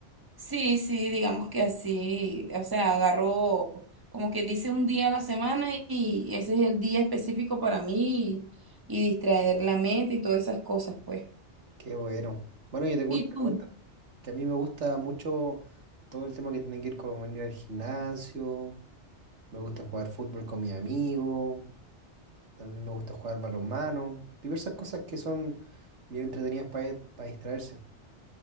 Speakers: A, on the right; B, on the right.
A: Sí, sí, digamos que así, o sea, agarro como quien dice un día a la semana y, y ese es el día específico para mí y, y distraer la mente y todas esas cosas, pues.
B: Qué bueno. Bueno, yo te, cu-
A: ¿Y tú?
B: te cuento que a mí me gusta mucho todo el tema que tiene que ver con venir al gimnasio. Me gusta jugar fútbol con mis amigos. También me gusta jugar balonmano. Diversas cosas que son bien entretenidas para distraerse.